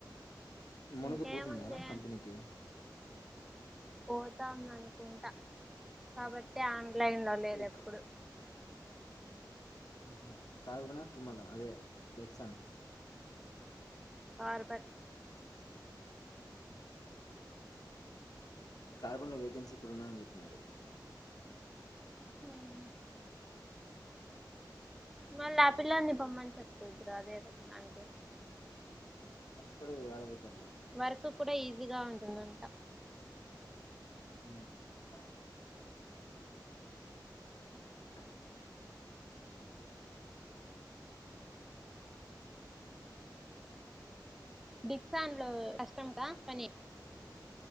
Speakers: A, on the left (about 55°); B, in the centre.
A: మౌనిక
B: ఇంకేముంది
A: పోతుందా కంపెనీకి
B: పోత ఉంది అనుకుంటా కాబట్టి ఆ లైన్ లో లేదు
A: ఎక్-
B: ఎప్పుడు
A: ఉహ్ కార్గునా తిమల అదే బెక్సానం
B: బోర్బోన్
A: కార్బన్లో వేకెన్సీ ఇప్పుడు ఉన్నాయని చెప్పినారు
B: హమ్ మళ్ళీ ఆ పిల్లాడిని పోమని చెపు ఇప్పుడు ఏదో దానికి
A: బాతులు <unintelligible>
B: వర్క్ కూడా ఈ జిగ ఉంటుందంట
A: ఉహ్ అ
B: దీక్షన్లో కష్ట <unintelligible> పనీ